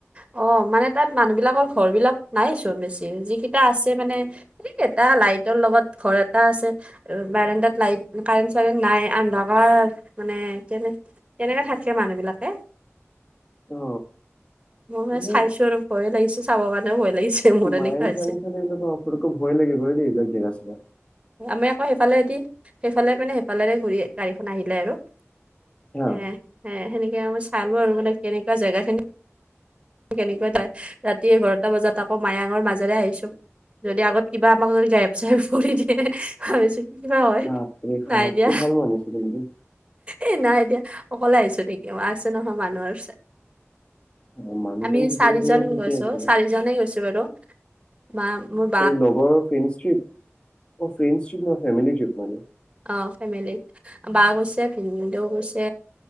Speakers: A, on the right (about 25°); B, on the left (about 25°).
A: অ মানে তাত মানুহ বিলাকৰ ঘৰ বিলাক নাই চ বেছি যিকেইটা আছে মানে স এটা লাইটৰ লগত ঘৰ এটা আছে বাৰেণ্টাত লাইট কাৰেণ্ট চাৰেণ্ট নাই আন্ধকাৰ মানে কিে তেনেকে থাকে মানুহ বিলাকে
B: অ
A: মই মানে
B: এইবিলাক
A: চাইছো আৰু ভয়ে লাগিছে চাব মানে ভয় লাগিছে মোৰ
B: মায়েং
A: এনেকুৱা হৈছে
B: ফায়েং ফালে এইবাক অ ফটক ভয় লাগিব দেই এইবাক জেগাছেগা
A: আমি আকৌ সেইফালেদি সেইফালে মানে সেইফালেৰে ঘূৰি গাড়ীখন আহিলে আৰু
B: হা
A: এ সে সেনেকে মই চালো আৰু মানে কেনেকুৱা জেগা খিনি কেনেকুৱা ৰাতি এঘাৰটা বজাত আকৌ মায়ঙৰ মাজেৰে আহিছো যদি আগত কিবা আমাক যদি গাইব চাই কৰি দিয়ে ভাবিছো কিবা হয়
B: বাপৰে সাহসটো
A: নাই দিয়া
B: ভাল মানিছো কিন্তু দেই।
A: এ নাই এ দিয়া অকলে আহিছো নেকি মই আছে নহয় মানুহৰ
B: অ, মানুহজন
A: আমি
B: থাকিলে
A: চাৰিজন
B: বাৰু ঠিকে
A: গৈছো
B: আছিলে।
A: চাৰিজনে গৈছো বাৰু বা ম
B: এই লগৰ ফ্ৰেণ্ডছ ট্ৰিপ ফ্ৰেণ্ড টপ ন ফেমিলি ট্ৰিপ মানে
A: অ ফেমিলিত বা গৈছে ভিনদেউ গৈছে